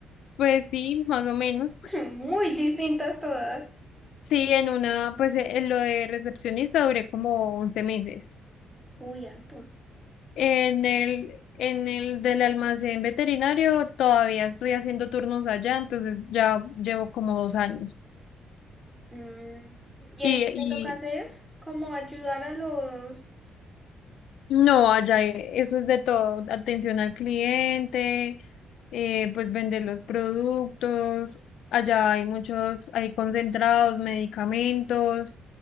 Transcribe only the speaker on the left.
Pues sí, más o menos.
Sí, en una, pues e- en lo de recepcionista duré como 11 meses.
En el, en el del almacén veterinario todavía estoy haciendo turnos allá, entonces ya llevo como dos años.
Y,
y no, allá e- eso es de todo, atención al cliente, eh, pues vender los productos, allá hay muchos, hay concentrados, medicamentos.